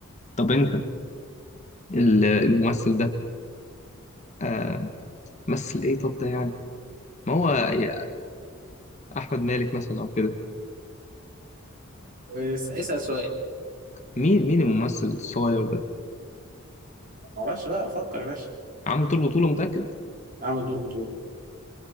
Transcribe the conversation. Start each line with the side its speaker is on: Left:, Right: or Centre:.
Left: طب انت ال- الممثل ده آم، مثل ايه طب ده يعني ما هو يا احمد مالك مثلا او كده
Right: اس- اسأل سؤال
Left: مين مين الممثل الصغير ده
Right: ما اعرفش بقى افكر يا باشا
Left: عامل دور بطولة متأكد
Right: اعمل دور بطولة